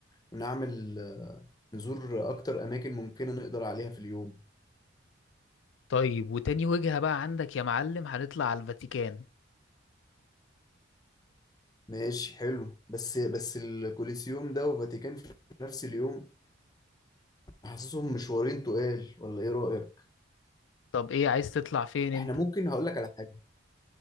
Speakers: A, on the left; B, on the left.
A: ونعمل نزور اكتر اماكن ممكنه نقدر عليها في اليوم
B: طيب وتاني وجهة بقى عندك يا معلم هنطلع على الفاتيكان
A: ماشي حلو بس بس الكوليسيوم ده وفاتيكان في نفس اليوم حاسسهم مشوارين تقال ولا ايه رايك
B: طب ايه عايز تطلع فين انت
A: احنا ممكن هقول لك على حاجه